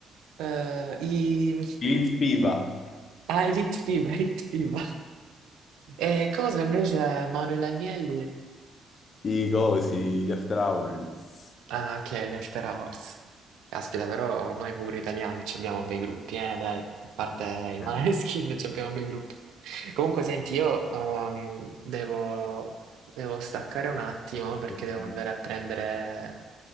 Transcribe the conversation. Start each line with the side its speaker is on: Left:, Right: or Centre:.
Right: eh, i...
Left: i Vince Piva,
Right: Ah, Elite Fiba, Elite Fiba. E cosa invece Manuel Agnelli?
Left: i cosi, gli After Hours.
Right: Ah, che gli After Hours. Caspita, però noi pure italiani ci abbiamo bei gruppi, eh, dai. A parte i Maneskin
Left: Eh,
Right: <laughs> ci abbiamo bei gruppi. Comunque, senti, io ehm, devo, devo staccare un attimo perché
Left: ok.
Right: devo andare a prendere